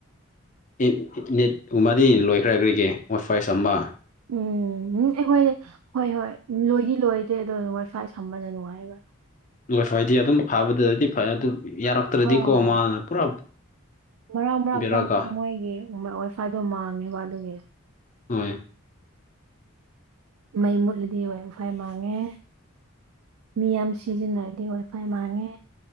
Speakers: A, on the left; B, on the right.
A: ꯏꯟ ꯅꯦꯠꯄꯨꯃꯔꯤ ꯂꯣꯏꯈ꯭ꯔꯦ ꯍꯥꯏꯕꯒꯤ ꯋꯥꯏ ꯐꯥꯏ ꯥꯁꯝꯕ
B: ꯎꯝ ꯎꯝ ꯑꯩꯈꯣꯏ ꯍꯣꯏ ꯍꯣꯏ ꯎꯝ ꯂꯣꯏꯗꯤ ꯂꯣꯏꯗꯦ ꯑꯗꯣ ꯋꯥꯏ ꯐꯥꯏ ꯁꯝꯕꯅ ꯅꯨꯡꯉꯥꯏꯌꯦꯕ
A: ꯍꯣꯏ ꯐꯣꯏꯗꯤ ꯑꯗꯨꯝ ꯐꯥꯕꯗꯗꯤ ꯐꯩ ꯑꯗꯨ ꯌꯥꯔꯛꯇ꯭ꯔꯗꯤꯀꯣ
B: ꯑꯥꯎ
A: ꯃꯥꯅ ꯄꯨꯔꯥ
B: ꯃꯔꯛ ꯃꯔꯛꯇ
A: ꯕꯦꯔꯥ ꯀꯥ
B: ꯃꯣꯏꯒꯤ ꯋꯥꯏꯐꯥꯏꯗꯣ ꯃꯥꯡꯉꯦꯕ ꯑꯗꯨꯒꯤ
A: ꯍꯣꯏ
B: ꯃꯩ ꯃꯨꯠꯂꯗꯤ ꯋꯥꯏ ꯐꯥꯏ ꯃꯥꯡꯉꯦ ꯃꯤ ꯌꯥꯝ ꯁꯤꯖꯤꯟꯅꯔꯗꯤ ꯋꯥꯏ ꯐꯥꯏ ꯃꯥꯡꯉꯦ